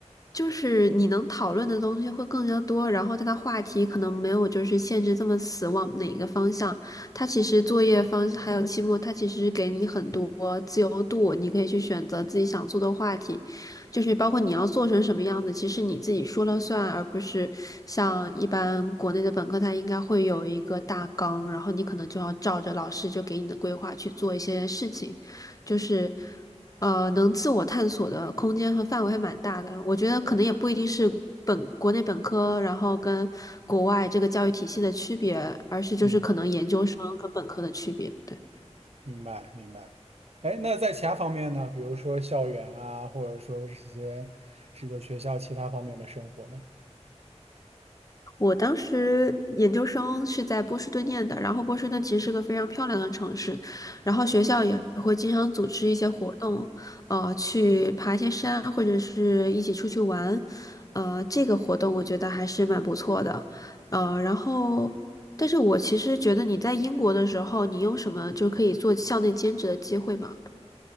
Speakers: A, on the left; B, on the right.
A: 就是你能讨论的东西会更加多，然后它的话题可能没有就是限制这么死往哪一个方向。它其实作业方还有期末，它其实给你很多自由度，你可以去选择自己想做的话题，就是包括你要做成什么样子，其实你自己说了算，而不是像一般国内的本科，它应该会有一个大纲，然后你可能就要照着老师就给你的规划去做一些事情，就是。呃，能自我探索的空间和范围还蛮大的。我觉得可能也不一定是本国内本科，然后跟国外这个教育体系的区别，而是就是可能研究生跟本科的区别。
B: 嗯，
A: 对。
B: 明白明白。哎，那在其他方面呢？比如说校园啊，或者说是这些这个学校其他方面的生活呢？
A: 我当时研究生是在波士顿念的，然后波士顿其实是个非常漂亮的城市，然后学校也会经常组织一些活动，呃，去爬一些山或者是一起出去玩，呃，这个活动我觉得还是蛮不错的，呃，然后，但是我其实觉得你在英国的时候，你有什么就可以做校内兼职的机会吗？